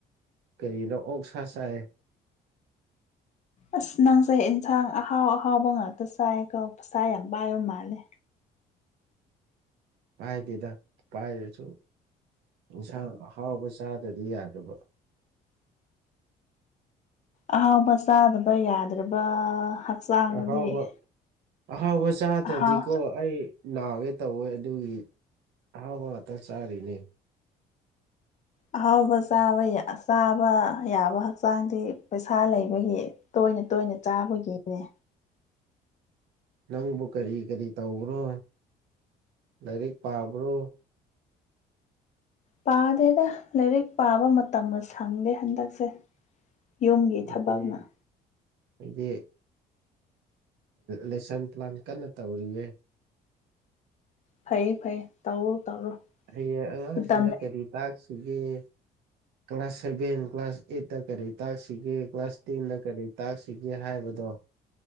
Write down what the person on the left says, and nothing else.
ꯑꯁ ꯅꯪꯁꯦ ꯑꯦꯟꯁꯥꯡ ꯑꯍꯥꯎ ꯑꯍꯥꯎꯕ ꯉꯥꯛꯇ ꯆꯥꯏꯀꯣ ꯄꯩꯁꯥ ꯌꯥꯝ ꯄꯥꯏꯕ ꯃꯥꯜꯂꯦ
ꯑꯍꯥꯎꯕ ꯆꯥꯗꯕ ꯌꯥꯗ꯭ꯔꯕ ꯍꯛꯆꯥꯡꯗꯨꯗꯤ
ꯑꯍꯥꯎ
ꯑꯍꯥꯎꯕ ꯆꯥꯕ ꯌꯥ ꯆꯥꯕ ꯌꯥꯕ ꯍꯛꯆꯥꯡꯗꯤ ꯄꯩꯁꯥ ꯂꯩꯕꯒꯤ ꯇꯣꯏꯅ ꯇꯣꯏꯅ ꯆꯥꯕꯒꯤꯅꯦ
ꯄꯥꯗꯦꯗ ꯂꯥꯏꯔꯤꯛ ꯄꯥꯕ ꯃꯇꯝꯒ ꯁꯪꯗꯦ ꯍꯟꯗꯛꯁꯦ ꯌꯨꯝꯒꯤ
ꯊꯕꯛꯅ
ꯐꯩꯌꯦ ꯐꯩꯌꯦ ꯇꯧꯔꯣ ꯇꯧꯔꯣ
ꯃꯇꯝ